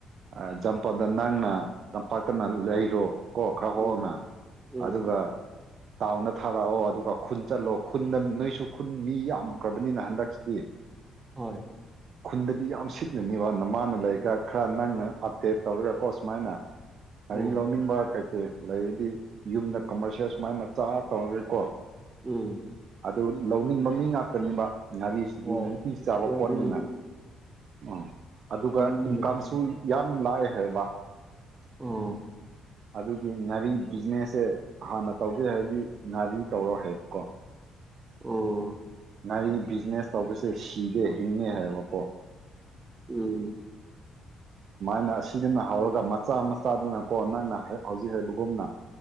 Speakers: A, on the right (about 55°); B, on the right (about 25°).
A: ꯑ ꯝ ꯂꯄꯥꯗ ꯅꯪꯅ ꯇꯝꯄꯥꯛꯇꯅ ꯂꯩꯔꯣ ꯀꯣ ꯈꯔ ꯍꯣꯅ
B: ꯎꯝ ꯎꯝ
A: ꯑꯗꯨꯒ ꯇꯥꯎꯗ ꯊꯥꯔꯛꯑꯣ ꯑꯗꯨꯒ ꯈꯨꯟ ꯆꯠꯂꯣ ꯈꯨꯟꯗ ꯅꯣꯏꯁꯨ ꯗꯗꯤ ꯈꯨꯟ ꯃꯤ ꯌꯥꯝꯈ꯭ꯔꯕꯅꯤꯅ ꯍꯟꯗꯛꯁꯤꯗꯤ
B: ꯍꯣꯏ
A: ꯈꯨꯟꯗꯗꯤ ꯌꯥꯝ ꯁꯤꯠꯅꯅꯤꯕꯅ ꯃꯥꯅ ꯂꯩꯔꯒ ꯈꯔ ꯅꯪꯅ ꯑꯞꯗꯦꯠ ꯇꯧꯔꯒꯀꯣ ꯁꯨꯃꯥꯏꯅ ꯍꯥꯏꯔꯤ
B: ꯎꯝ
A: ꯂꯧꯅꯤꯡꯕ ꯀꯩꯀꯩ ꯂꯩꯔꯗꯤ ꯌꯨꯝꯗ ꯀꯃꯔꯁꯤꯦꯜ ꯁꯨꯃꯥꯏꯅ ꯃꯆꯥ ꯇꯧꯔꯒꯀꯣ
B: ꯎꯝ
A: ꯑꯗꯨ ꯂꯧꯅꯤꯡꯕ ꯃꯤ ꯉꯥꯛꯇꯅꯤꯕ ꯉꯥꯔꯤꯁꯤꯗꯤ
B: ꯍꯣꯏ
A: ꯅꯨꯡꯇꯤ ꯆꯥꯕ
B: ꯑꯗꯨꯕꯨꯗꯤ
A: ꯄꯣꯠꯅꯤꯅ ꯎꯝ ꯑꯗꯨꯒ
B: ꯎꯝ
A: ꯏꯟꯀꯝꯁꯨ ꯌꯥꯝ ꯂꯥꯏ ꯍꯥꯏꯕ
B: ꯑꯣ
A: ꯑꯗꯨꯒꯤ ꯉꯥꯔꯤ ꯕꯤꯖꯤꯅꯦꯁꯁꯦ ꯍꯥꯟꯅ ꯇꯧꯒꯦ ꯍꯥꯏꯕꯗꯤ ꯉꯥꯔꯤ ꯇꯧꯔꯣ ꯍꯥꯏꯕꯀꯣ
B: ꯑꯣ
A: ꯉꯔꯤ ꯕꯤꯖꯤꯅꯦꯁ ꯇꯧꯕꯁꯦ ꯁꯤꯗꯦ ꯍꯤꯡꯉꯦ ꯍꯥꯏꯕꯀꯣ
B: ꯎꯝ
A: ꯁꯨꯃꯥꯏꯅ ꯑꯁꯤꯗꯅ ꯍꯧꯔꯒ ꯃꯆꯥ ꯃꯆꯥꯗꯨꯅꯀꯣ ꯅꯪꯅ ꯍꯧꯖꯤꯛ ꯍꯥꯏꯕꯒꯨꯝꯅ